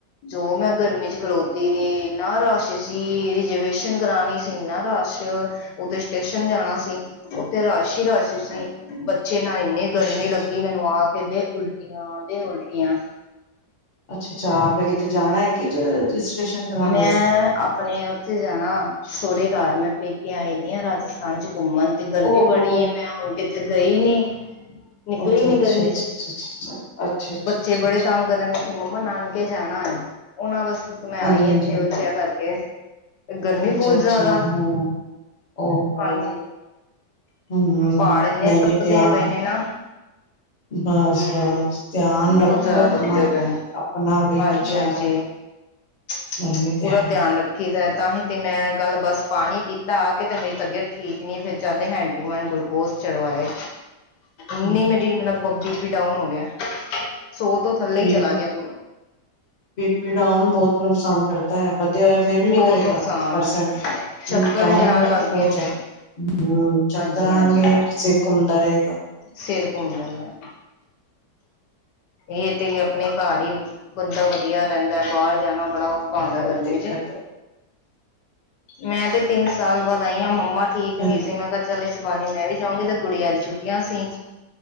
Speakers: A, on the left; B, on the left.
A: ਜੋ ਮੈਂ ਗਰਮੀ ਚ ਖਲੋਤੀ ਤੇ ਇੰਨਾ ਰਸ਼ ਸੀ ਰਿਜਰਵੇਸ਼ਨ ਕਰਾਣੀ ਸੀ, ਇਨਾ ਰਸ਼ ੳਧੱਰ ਸਟੇਸ਼ਨ ਜਾਣਾ ਅਸੀਂ ਉੱਥੇ ਰਸ਼ ਹੀ ਰਸ਼ ਸੀ ਪਿੱਛੇ ਨਾਲ ਇੰਨੀ ਗਰਮੀ
B: ਅੱਛਾ
A: ਲੱਗੀ ਮੈਨੂੰ ਆ ਕੇ, ਦੇ ਉਲਟੀਆਂ ਦੇ ਉਲਟੀਆਂ
B: ਅੱਛਾ ਅੱਛਾ ਆਪ ਨੇ ਕਿਤੇੇ ਜਾਣਾ ਹੈ ਕਿ ਰਜਿਸਟ੍ਰੇਸ਼ਨ ਕਰਵਾਉਣ
A: ਮੈਂ
B: ਗਏ ਸੀ
A: ਆਪਣੇ ਉੱਥੇ ਜਾਣਾ ਸੋਹੁਰੇ ਘਰ ਨ ਪੇਕੇ ਆਏ ਦੀ ਹਾਂ ਰਾਜਸਥਾਨ ਚ, ਘੁੰਮਣ ਤੇ ਗਰਮੀ
B: ਓਹੋ
A: ਬੜੀ ਮੈਂ ਹੁਣ ਕਿਤੇ ਗਈ ਨੀ ਨਿਕਲੀ
B: ਅੱਛਾ
A: ਨੀ
B: ਅੱਛਾ
A: ਗਰਮੀ
B: ਅੱਛਾ
A: ਚ,
B: ਅੱਛਾ ਅੱਛਾ ਅੱਛਾ ਅੱਛਾ ਅੱਛਾ
A: ਬੱਚੇ ਬੜੇ
B: ਅੱਛਾ
A: ਤੰਗ ਕਰਨ ਦੇ ਸੀ, ਮੰਮਾ ਨਾਨਕੇ ਜਾਣਾ ਉਹਨਾਂ ਵਾਸਤੇ ਮੈਂ ਆਈ
B: ਹਾਂਜੀ
A: ਇੱਥੇ
B: ਹਾਂਜੀ ਹਾਂਜੀ।
A: ਬੱਚਿਆ ਕਰਕੇ ਤੇ ਗਰਮੀ
B: ਅੱਛਾ
A: ਬਹੁਤ
B: ਅੱਛਾ
A: ਜ਼ਿਆਦਾ,
B: ਹੂੰ, ਓਹੋ
A: ਹਾਂਜੀ।
B: ਹਮ ਨਹੀਂ
A: ਪਹਾੜ ਇੰਨੇ ਤਪਦੇ
B: ਨਹੀਂ ਧਿਆਨ
A: ਪਏ ਨੇ ਨਾ
B: ਬਸ
A: ਹਮ
B: ਬਸ ਧਿਆਨ
A: ਬਹੁਤ
B: ਰੱਖੋ
A: ਜ਼ਿਆਦਾ
B: ਆਪਣਾ
A: ਤਪਦੇ ਪਏ ਨੇ
B: ਆਪਣਾ ਵੀ,
A: ਹਾਂਜੀ
B: ਬੱਚਿਆਂ ਦਾ ਵੀ।
A: <inaudible>
B: ਗਰਮੀ ਤੇ
A: ਪੂਰਾ
B: ਹੈ
A: ਧਿਆਨ ਰੱਖੀ ਦਾ ਐ, ਤਾਂਹੀ ਤੇ ਮੈਂ ਗੱਲ ਬਸ ਪਾਣੀ ਪੀ ਕੇ ਤੇ ਮੇਰੀ ਤਬੀਅਤ ਠੀਕ ਨੀ, ਫਿਰ ਜਾਂਦੇ ਹੈਂਡ ਟੂ ਹੈਂਡ ਗੁਲੂਕੋਸ ਚਲਵਾਏ।
B: ਹੂੰ,
A: ਨਹੀਂ ਮੇਰੀ ਮਤਲਬ ਬੀ ਪੀ ਡਾਊਨ ਹੋ ਗਿਆ। ਸੌ ਤੋਂ ਥੱਲੇ ਹੀ
B: ਬੀ
A: ਚਲਾ ਗਿਆ ਪੂਰਾ
B: ਪੀ ਡਾਊਨ ਬਹੁਤ ਨੁਕਸਾਨ ਕਰਦਾ ਹੈ। ਫਿਰ ਵੀ ਨੀ
A: ਬਹੁਤ
B: ਕਰੇਗਾ,
A: ਨੁਕਸਾਨ
B: ਇੱਕ ਪਰਸੈਂਟ
A: ਆ ਚੱਕਰ
B: ਡਾਊਨ
A: ਜਾਣ
B: ਵਾਲਾ
A: ਲੱਗ
B: ਤਾਂ ਬਹੁਤ
A: ਗਏ
B: ਜ਼ਿਆਦਾ। ਹੂੰ, ਚੱਕਰ
A: ਹਾਂਜੀ ਹਾਂਜੀ
B: ਆਣਗੇ ਸਿਰ ਘੁੰਮਦਾ ਰਹੇਗਾ।
A: ਸਿਰ ਘੁੰਮਦਾ ਰਿਹਾ। ਇਹ ਤੇ ਆਪਣੇ ਘਰ ਹੀ ਬੰਦਾ ਵਧੀਆ ਰਹਿੰਦਾ ਬਾਹਰ ਜਾਣਾ ਬੜਾ ਆਉਂਦਾ,
B: ਬਹੁਤ
A: ਗਰਮੀ
B: ਦਿੱਕਤ
A: ਚ
B: ਹੈ
A: ਮੈਂ ਤੇ ਤਿੰਨ ਸਾਲ ਬਾਅਦ ਆਈ ਹਾਂ ਮੰਮਾ ਠੀਕ ਨਹੀਂ
B: ਹਾਂਜੀ
A: ਸੀ, ਮੈਂ ਕਿਹਾ ਚੱਲ ਇਸ ਬਹਾਨੇ ਮੈਂ ਵੀ ਜਾਊਗੀ ਤੇ ਗੁੜੀਆਂ ਦੀ ਛੁੱਟੀਆਂ ਸੀ।